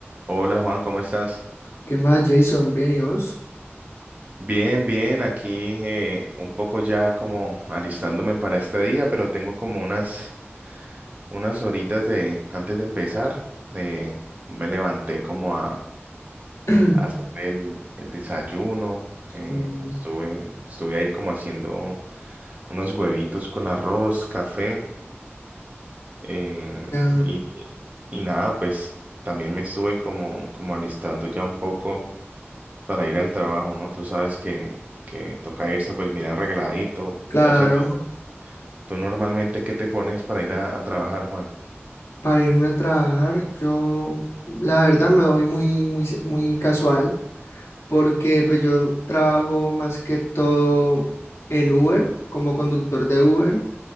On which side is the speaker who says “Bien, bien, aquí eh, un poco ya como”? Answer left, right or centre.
Right